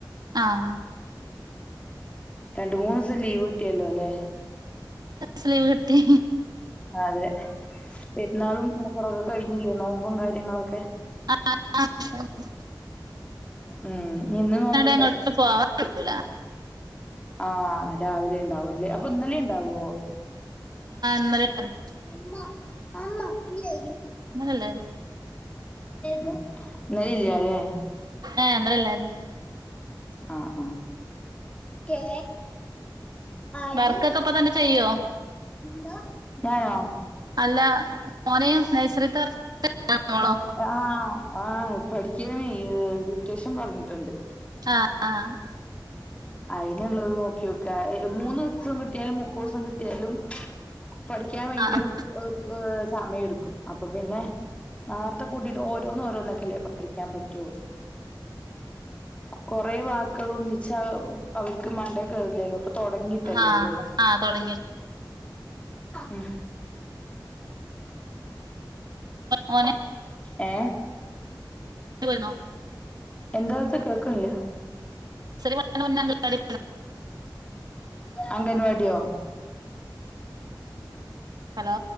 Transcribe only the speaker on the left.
രണ്ട് മൂന്ന്സം ലീവ് കിട്ടിയല്ലോ ലേ
അതെ പെര്ന്നാളും മുഹറക്കെ കഴിഞ്ഞില്ലേ നോമ്പും കാര്യങ്ങളൊക്കെ
ഉം ഇന്ന് നോമ്പുണ്ടോ
ആഹ് രാവിലെണ്ടാവും ല്ലേ അപ്പൊഇന്നലേ ണ്ടാവോ
അമ്മ ആമ്മല്ലേ
<inaudible> ന്നലില്യ ലേ
ആഹ് ആഹ് കേ ഐ
എന്താ ഞാനോ
ആഹ് ആഹ് പഠിക്കുവാണേ ഡിറ്റേഷൻ പറഞ്ഞിട്ടുണ്ട്
അയ്ന്ള്ളത് നോക്കി നോക്കാ മൂന്ന്സം കിട്ടിയാലും മുപ്പൂസം കിട്ടിയാലും പഠിക്കാൻ ഭയങ്കര
ഹ് ഹ്.. സമയെടുക്കും അപ്പപിന്നെ നേർത്തെ കൂട്ടിട്ട് ഓരോന്നോരോന്നൊക്കെല്ലേ പഠിക്കാൻ പറ്റൂ കൊറേ വാക്ക്‌കളൊന്നിച്ച അവർക്ക് മണ്ടേ കേറില്ലല്ലോപ്പ തൊടങ്ങിട്ടല്ലള്ളൂ
ഉം
<unintelligible> <inaudible>
എന്താച്ച കേക്കുംല്ല <inaudible>
അംഗൻവാട്യൊ